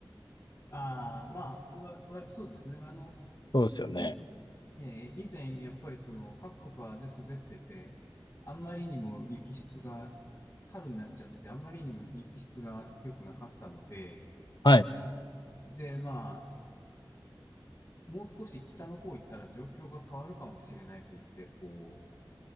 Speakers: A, on the left; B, on the left.
A: <laughs> ああ、まあ、わ、わ、そうですね。あの、
B: そうですよね。
A: 以前、えー以前、やっぱりその白馬で滑ってて、あんまりにも雪質が、春になっちゃって、あんまりにも雪質が良くなかったので、
B: はい。
A: で、まあ、もう少し北の方行ったら状況が変わるかもしれないと言って、こ